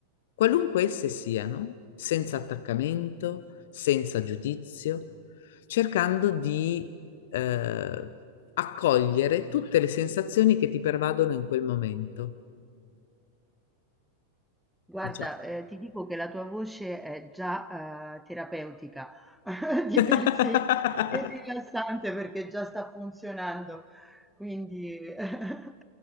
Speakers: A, on the left; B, in the centre.
A: qualunque esse siano, senza attaccamento, senza giudizio, cercando di eh, accogliere tutte le sensazioni che ti pervadono in quel momento.
B: Guarda,
A: Cioè,
B: ehm, ti dico che la tua voce è già, ehm, terapeutica <laughs> di
A: <laughs>
B: per sé e rilassante perché già sta funzionando. Quindi, <laughs>